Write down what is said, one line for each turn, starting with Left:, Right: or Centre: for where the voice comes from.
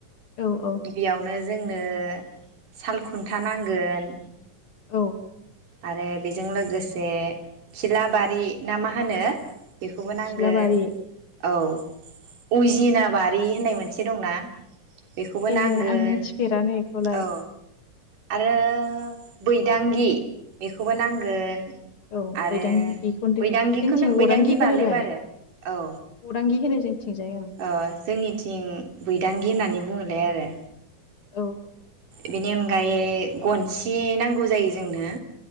Left: औ औ
Right: गिबियावनो जोंनो सालखुन्था नांगोन
Left: औ।
Right: आरो बेजों लोगोसे खिलाबारि ना मा होनो बेखौबो नांगोन
Left: खिलाबारि
Right: औ। उजिना बारि होननाय मोनसे दं ना बेखौबो
Left: ए
Right: नांगोन
Left: आं मिथिफेरानो बेखौलाय
Right: औ आरो। बैदांगि बेखौबो नांगोन।
Left: औ
Right: आरो
Left: बैदांगिखौनो
Right: बैदांगिखौनो
Left: जोंथिं
Right: बैदांगि
Left: अदांगि होनोलाय
Right: बारले बारो औ
Left: बदांगि होनो जोंथिंजाय ओं
Right: ओ जोंनिथिं बैदांगि होननानै बुङोलाय आरो।
Left: औ औ
Right: बेनि अनगायै गनसि नांगौ जायो जोंनो